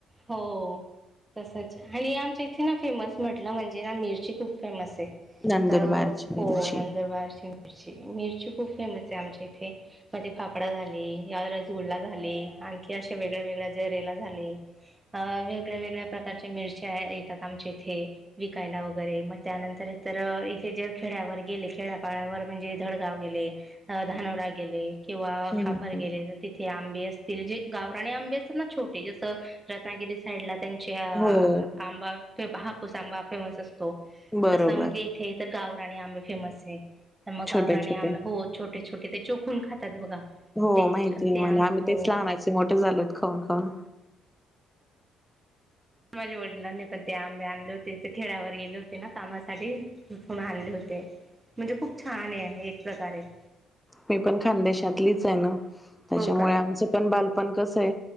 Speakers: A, on the right (about 15°); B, in the centre.
A: हो तसंच आणि आमच्या इथे ना, फेमस म्हटलं म्हणजे ना मिरची खूप फेमस आहे.
B: नंदुरबारची
A: तर
B: मिरची.
A: हो, नंदुरबारची मिरची मिर ची खूप फेमस आहे आमच्या इथे. म्हणजे फाफडा झाली, या रसगुल्ला झाली, आणखी अशा वेगळ्या-वेगळ्या जरेला झाली. अं वेगळ्या-वेगळ्या प्रकारच्या मिरच्या येतात आमच्या इथे, विकायला वगैरे. मग त्यानंतर इतर, इथे जर खेड्यावर गेले, खेड्यापाड्यावर म्हणजे जळगाव गेले, अं धानोरा गेले किंवा-
B: हम्म
A: खापर
B: हम्म.
A: गेले, तर तिथे आंबे अस ते जे गावरानी आंबे असतात ना, छोटे असं रत्नागिरी साईडला त्यांच्या-
B: हो
A: आंबा तो हापूसांबा पिवळाच असतो.
B: बरोबर
A: तसा मग इथे तर गावरानी आंबे फेमस आहे. तर मग
B: छोटे
A: गावरानी
B: छोटे
A: आंबे, हो छोट ते छोटे, ते चोकून खातात बघा?
B: हो,
A: ते
B: माहिती
A: ते
B: आहे मला.
A: आं
B: आम्ही
A: हो
B: तेच लहानाचे मोठे झालो खाऊन खाऊन.
A: माझे वडिलांनी पण ते आंबे आणले होते. ते खेड्यावर गेले होते ना, कामासाठी, तिथून आणले होते. म्हणजे खूप छान आहे आहे, एक प्रकारे.
B: मी पण खानदेशातलीचं आहे ना. त्याच्यामुळे
A: हो का
B: आमचं पण बालपण कस आहे,